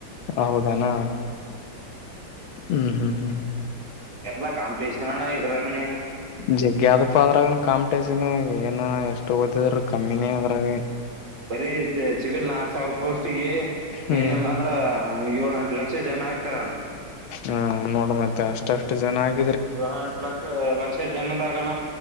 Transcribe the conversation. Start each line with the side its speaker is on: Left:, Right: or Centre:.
Left: ಹೌದೇನು. ಹ್ಮ್ ಹ್ಮ್ ಹ್ಮ್.
Right: ಎಲ್ಲಾ ಕಾಂಪಿಟೇಷನ್ ಅಣ್ಣಾ ಇದ್ರಾಗ.
Left: ಜಿಗ್ಯಾದ ಅಪ್ಪ ಅದ್ರಾಗ ಕಾಂಪಿಟೇಶನ್ ಏನು ಎಷ್ಟು ಒದ್. ರ ಕಮ್ಮಿನೇ ಅದ್ರಾಗ
Right: ಬರಿ ಸಿವಿಲ್ ನಾಕ ಸಾವಿರ ರೂಪಾಯಿ ಪೋಸ್ಟಿಗಿ
Left: ಹ್ಮ್
Right: ಏನಲ್ಲ ಅಂದ್ರ ಹ ಏಳು ಎಂಟ ಲಕ್ಷ ಜನ ಆಗ್ತಾರ ಅಣ್ಣ.
Left: ಹಾ ನೋಡ ಮತ್ತೆ ಅಷ್ಟಷ್ಟು ಜನ ಆಗ್
Right: ಇ ಎಂಟ ಲಕ್ಷ ಲಕ್ಷ ಜನದಾಗಣ